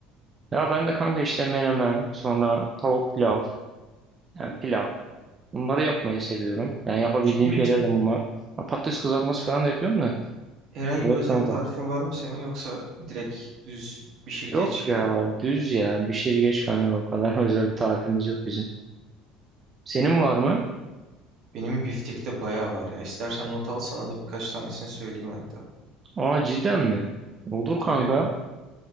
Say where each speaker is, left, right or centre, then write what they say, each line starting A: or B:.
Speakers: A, on the right; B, on the right.
A: Ya ben de kanka işte menemen, sonra tavuk pilav, yani pilav. Bunları yapmayı seviyorum. Yani yapabildiğim
B: Ciddi misin?
A: şeyler de bunlar. Ha, patates kızartması falan da yapıyorum da.
B: Herhangi
A: Evet
B: bir özel
A: kanka.
B: tarifin var mı senin yoksa direkt düz pişir geç
A: Yok ya
B: gibi mi?
A: düz ya. Bir şey geç kanka o kadar <laughs> özel bir tarifimiz yok bizim. Senin var mı?
B: Benim biftekte bayağı var ya. İstersen not al sana da birkaç tanesini söyleyeyim hatta.
A: Aa cidden mi? Olur
B: Tabii.
A: kanka.